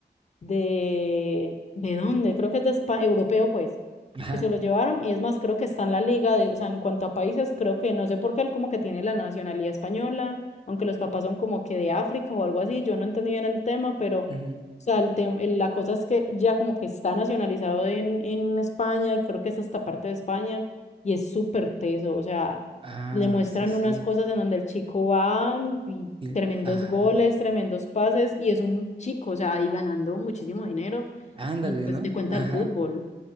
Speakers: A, on the left; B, on the right.
A: de, ¿de dónde? Creo que es de Espa- europeo, pues,
B: Ajá.
A: que se lo llevaron. Y es más, creo que está en la liga, de, o sea, en cuanto a países, creo que no sé por qué él como que tiene la nacionalidad española, aunque los papás son como que de África o algo así. Yo no entendí bien el tema, pero, o
B: ujú.
A: sea, el tem- el- la cosa es que ya como que está nacionalizado en, en España y creo que es hasta parte de España y es súper teso, o sea.
B: Ah,
A: Le muestran
B: sí, sí.
A: unas cosas en donde el chico va y
B: y-
A: tremendos
B: ajá.
A: goles, tremendos pases y es un chico, o sea, ahí ganando muchísimo dinero
B: Ándale,
A: y pues
B: ¿no?
A: te cuenta
B: Ajá.
A: el fútbol.